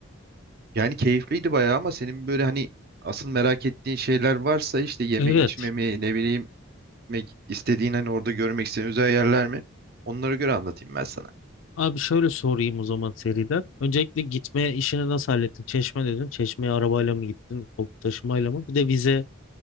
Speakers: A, on the right; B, on the left.
A: Yani keyifliydi bayağı ama senin böyle hani asıl merak ettiğin şeyler varsa işte yeme
B: Evet.
A: içme mi ne bileyim mek- istediğin hani orada görmek istediğin özel yerler mi? Onlara göre anlatayım ben sana.
B: Abi şöyle sorayım o zaman seriden. Öncelikle gitme işini nasıl hallettin? Çeşme dedin. Çeşmeye arabayla mı gittin? Toplu taşımayla mı? Bir de vize.